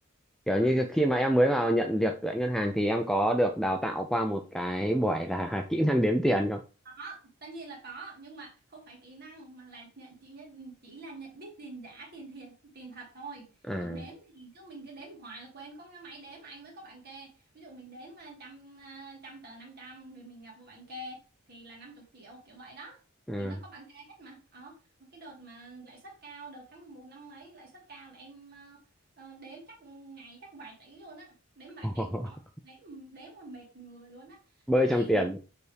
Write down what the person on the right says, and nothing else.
không
có tất nhiên là có nhưng mà không phải kỹ năng mà là nhận chỉ nhận chỉ là nhận biết tiền giả tiền thiệt tiền thật thôi
còn đếm thì cứ mình cứ đếm hoài là quên có cái máy đếm anh với có bạn kê ví dụ mình đếm à, trăm à, trăm tờ 500 rồi mình nhập vô bạn kê thì là năm chục triệu kiểu vậy đó
thì nó có bạn kê hết mà ờ mà cái đợt mà lãi suất cao đợt tháng 11 năm ấy lãi suất cao là em ờ, ờ, đếm chắc ngày chắc vài tỷ luôn á đếm vài
tỷ cũng có đếm đếm mà mệt người luôn á
với lại